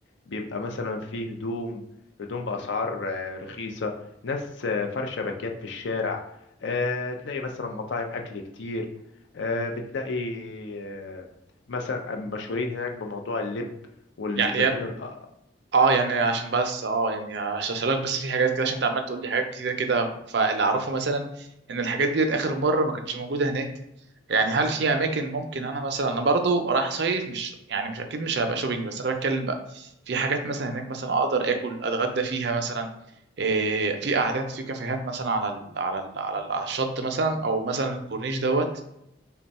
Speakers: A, on the left; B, on the right.
A: بيبقى مثلا فيه هدوم هدوم بأسعار آه، رخيصة ناس آه، فرشة باكيات في الشارع آه، تلاقي مثلا مطاعم أكل كتير آه، بتلاقي آه، مثلا مشهورين هناك بموضوع اللب والزيتون
B: يعني
A: الأ-
B: اه يعني عشان بس اه يعني عشان اسالك بس في حاجات كده عشان انت عمال تقول لي حاجات كتير كده فاللي اعرفه مثلا ان الحاجات ديت اخر مره ما كانتش موجوده هناك يعني هل في اماكن ممكن انا مثلا انا برضو رايح صيف مش يعني مش اكيد مش هبقى شوبينج بس انا بتكلم بقى في حاجات مثلا هناك مثلا اقدر اكل اتغدى فيها مثلا إيه في قعدات في كافيهات مثلا على ال على ال على, ال على الشط مثلا او مثلا الكورنيش دوت